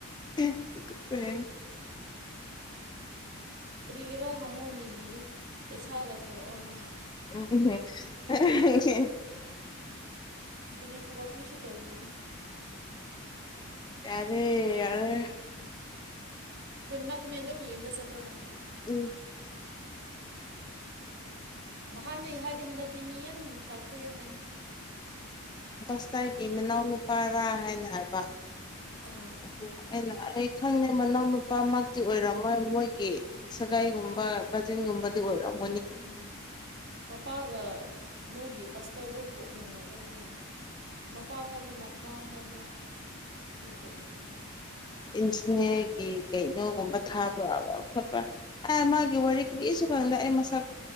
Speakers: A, on the left; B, on the right.
A: <unintelligible> <inaudible>
B: ꯀꯔꯤꯒꯔꯥ ꯍꯪꯉꯨ ꯅꯤꯕꯤꯒꯦ ꯄꯩꯁꯥꯒ ꯊꯥꯔꯛꯑꯣ ꯍꯥꯏ
A: ꯎꯝ ꯎꯝ
B: ꯑ ꯊꯕꯀꯔꯤꯁꯨ ꯇꯣꯧꯕ
A: ꯌꯥꯔꯦ ꯌꯥꯔꯦ
B: ꯈꯨꯅꯥ ꯈꯨꯅꯗꯣ ꯃꯤꯡꯕ ꯆꯠꯂꯔ
A: ꯎꯝ
B: ꯅꯍꯥꯟꯗꯒꯤ ꯍꯥꯏꯔꯗꯤ ꯍꯟꯗꯛꯇꯤ ꯃꯤ ꯌꯥꯝ ꯐꯈ꯭ꯔꯦ ꯍꯥꯏ
A: ꯁꯇꯥꯏꯒꯤ ꯃꯅꯥꯎꯅ ꯅꯨꯄꯥꯔꯥ ꯍꯥꯏꯅ ꯍꯥꯏꯕ
B: ꯑꯥ
A: ꯑꯗꯨ ꯑꯩꯅ ꯈꯪꯗꯦ ꯃꯅꯥꯎꯅ ꯅꯨꯄꯥꯃꯛꯇꯤ ꯑꯣꯏꯔꯝꯃꯣꯏ ꯃꯣꯏꯒꯤ ꯁꯒꯥꯏꯒꯨꯝꯕ ꯀꯥꯖꯤꯟꯒꯨꯝꯕꯗꯤ ꯑꯣꯏꯔꯝꯃꯣꯏ
B: ꯎꯝ ꯃꯄꯒ ꯃꯣꯏꯒꯤ ꯀꯁꯇꯔꯠꯇꯣ ꯄꯣꯛꯃꯤꯟꯅꯕꯗꯨꯒꯤꯅꯤ ꯃꯄꯥ ꯍꯥꯏꯕ꯭ꯔꯥ ꯃꯄꯥ ꯍꯥꯏꯕ꯭ꯔꯥ ꯑꯗꯨ ꯄꯣꯛꯃꯤꯟꯅꯕꯒꯤ
A: ꯏ <unintelligible> <inaudible> ꯒꯤ ꯀꯩꯅꯣꯒꯨꯝꯕ ꯊꯥꯕ ꯈꯣꯠꯄ꯭ꯔꯥ ꯑ ꯃꯥꯒꯤ ꯋꯥꯔꯤ ꯀꯔꯤꯁꯨ ꯈꯪꯗꯦ ꯑꯩ ꯃꯁꯛ